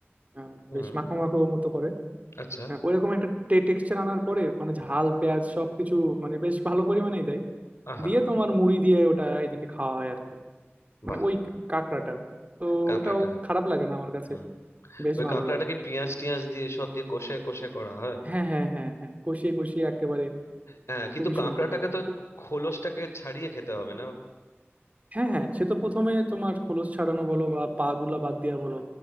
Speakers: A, on the right; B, on the left.
A: আহ,
B: হুম
A: বেশ মাখো মাখো মতো করে
B: আচ্ছা
A: আহ, ওইরকম একটা টেক্সচার আনার পরে মানে ঝাল পেঁয়াজ সবকিছু মানে বেশ ভালো পরিমাণেই দেয়
B: আহা
A: দিয়ে তোমার মুড়ি দিয়ে ওটা এদিকে খাওয়া হয় আর কি মানে
B: বাহ
A: ওই কাঁকড়াটা আর কি তো
B: কাঁকড়াটা
A: ওটাও খারাপ লাগে না আমার কাছে
B: হুম
A: বেশ
B: ওই
A: ভালো
B: কাঁকড়াটাকে
A: লাগে
B: পেঁয়াজ টিয়াজ দিয়ে সব দিয়ে কষে কষে করা হয়
A: হ্যাঁ হ্যাঁ হ্যাঁ হ্যাঁ কষিয়ে কষিয়ে একেবারে
B: হ্যাঁ কিন্তু
A: খুবই
B: কাঁকড়াটাকে
A: সুন্দর লাগে
B: তো খোলসটাকে ছাড়িয়ে খেতে হবে না
A: হ্যাঁ হ্যাঁ সে তো প্রথমে তোমার খোলস ছাড়ানো বলো বা পা গুলা বাদ দেওয়া বলো